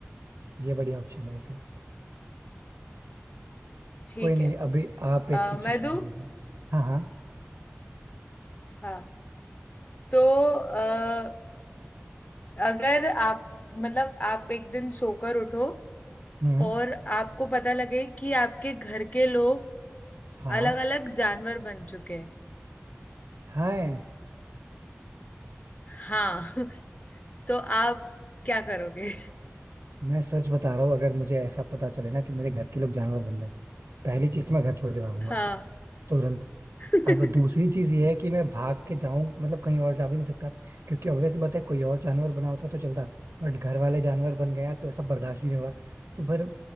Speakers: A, on the right; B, on the left.
A: ये बढ़िया ऑप्शन है वैसे
B: ठीक
A: कोई नहीं
B: है
A: अभी आप एक
B: अ,
A: सिचुएशन
B: मैं दूं
A: दीजिए हाँ हाँ
B: हाँ तो अ, अगर आप मतलब आप एक दिन सोकर उठो
A: हम्म
B: और आपको पता लगे कि आपके घर के लोग
A: हाँ
B: अलग अलग जानवर बन चुके हैं
A: हाँ
B: हाँ <laughs> तो आप क्या करोगे
A: मैं सच बता रहा हूँ अगर मुझे ऐसा पता चले ना कि मेरे घर के लोग जानवर बन गए पहली चीज तो मैं घर छोड़ के भागूंगा
B: हाँ
A: तुरंत
B: <laughs>
A: अब दूसरी चीज ये है कि मैं भाग के जाऊं मतलब कहीं और जा भी नहीं सकता क्योंकि ऑब्वियस बात है कोई और जानवर बना होता तो चलता बट घर वाले जानवर बन गया तो ऐसा बर्दाश्त भी नहीं होगा तो फिर